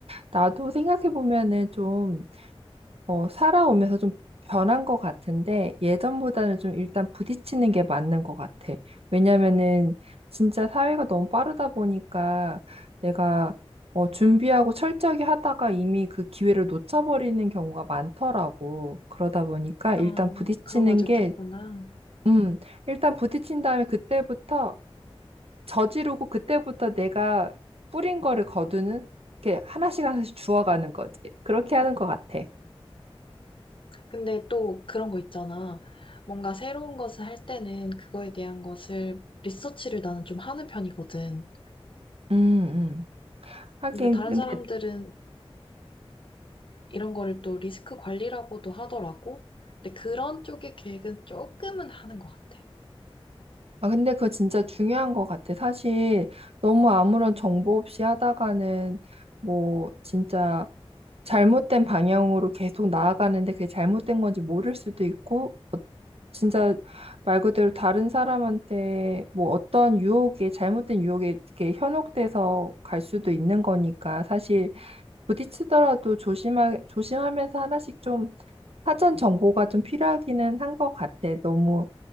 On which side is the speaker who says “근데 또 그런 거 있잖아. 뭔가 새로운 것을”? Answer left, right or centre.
Left